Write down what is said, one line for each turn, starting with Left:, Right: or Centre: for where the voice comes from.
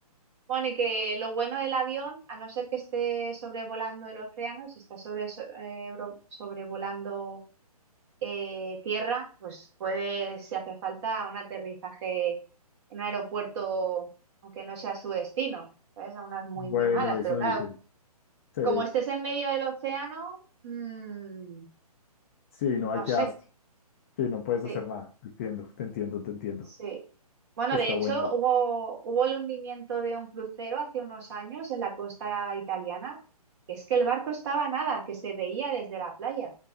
Right: Bueno, y que lo bueno del avión, a no ser que esté sobrevolando el océano, si está sobre, so- eh, bro- sobrevolando eh, tierra, pues puede, si hace falta, un aterrizaje en un aeropuerto, aunque no sea su destino, ¿sabes? A unas muy,
Left: Bueno,
Right: muy malas,
Left: eso
Right: pero claro,
Left: dicen. Sí,
Right: como estés en medio del océano, mm,
Left: sí, no hay
Right: no
Left: que
Right: sé,
Left: hacer. Sí, no puedes
Right: sí.
Left: hacer nada. Entiendo, te entiendo, te entiendo.
Right: Sí. Bueno,
Left: Está
Right: de hecho,
Left: buena ahí.
Right: hubo, hubo el hundimiento de un crucero hace unos años en la costa italiana. Es que el barco estaba a nada, que se veía desde la playa.